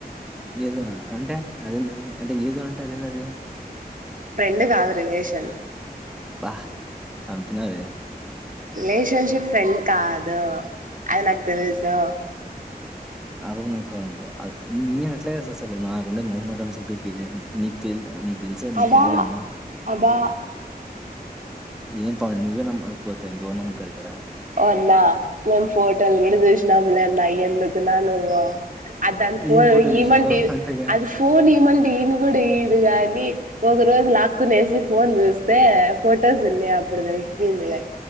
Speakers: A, in the centre; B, on the right.
A: ఏదోనా అంటే అదేన్నది అంటే ఏదో అంటే అదేన్నది
B: ఫ్రెండ్ కాదు రిలేషన్
A: బా సంపినవే
B: రిలేషన్షిప్ ఫ్రెండ్ కాదు అది నాకు తెలు సు
A: ఆ పాపని ఆదుకోవాలంతే ఆ నేన ఎట్లా చేస్తా అసలు నాకుండే మొమ్మటం సిగ్గుకి నీ కి నీకు తెలుసా నీకు
B: అబ్బా
A: తెలీదేమో
B: అబ్బా
A: ఏం పావని నువ్వే నమక పోతే ఇంకే ఎవరు నముతారు ఇక్కడ
B: ఓ అన్నా మేము ఫోటోలు కూడా చూసినాంలే అన్న ఎందుకు చైననువు అద దాని ఫోన్
A: ఏం ఫోటోలు
B: ఈ
A: తీసినావు
B: మంట
A: అంతగా
B: అది ఫోన్ ఇమాన్ ఈయను కూడా ఇదు గాని ఒక రోజు లాక్నేసి ఫోన్ చూస్తే ఫొటోస్ ఉన్నాయి అ అపుడు తెలిసి పోయిందిలే